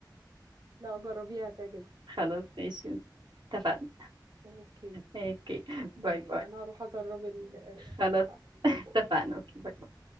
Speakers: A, on the right (about 60°); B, on the right (about 75°).
A: لو جربيها هتعجبك
B: خلاص ماشي اتفقنا
A: اوكي
B: اوكي باي
A: تمام
B: باي
A: انا هروح اجرب ال
B: خلاص
A: بتاعتك باي
B: <laughs> اتفقنا
A: باي
B: اوكي باي